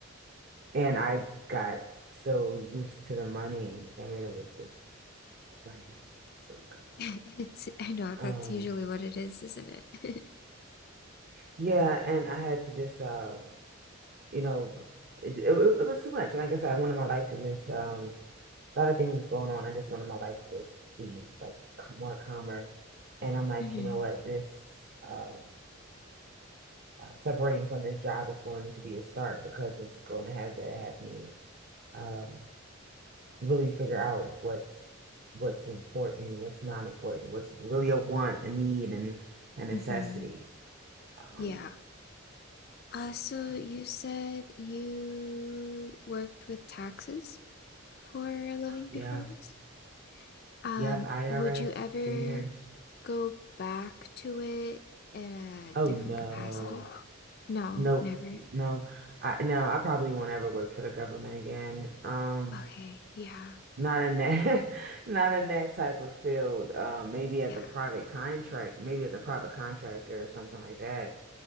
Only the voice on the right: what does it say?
and I got so used to the money. I mean, it was just, just the money. It's so good.
Um
yeah, and I had to just uh you know it, it, it was too much. Like I said, I wanted my life to just um a lot of things going on. I just wanted my life to just be like c- more calmer. And I'm like,
you know what, this um uh, separating from this job is going to be a start because it's going to have to have me um, really figure out what's what's important, what's not important, what's really a want, a need, and a necessity.
Um,
so
yeah,
yep, IRS,
10 years.
Oh
no.
Nope.
No. I no, I probably won't ever work for the government again. Um,
Not in that, <laughs> not in that type of field. Um, maybe as
a private contract, maybe as a private contractor or something like that.